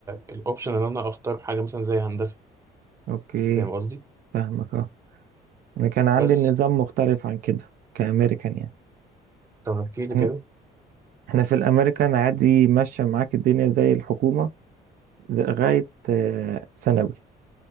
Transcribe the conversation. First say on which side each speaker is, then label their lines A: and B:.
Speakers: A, on the right (about 15°); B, on the right (about 60°).
A: الأوبشن إن أنا أختار حاجة مثلا زي هندسة
B: اوكي
A: فاهم قصدي؟
B: فاهمك اه انا كان عندي
A: بس
B: النظام مختلف عن كده كأمريكان يعني
A: طب احكي لي
B: احنا
A: كده
B: إحنا في الامريكان عادي ماشية معاك الدنيا زي الحكومة لغاية آه، ثانوي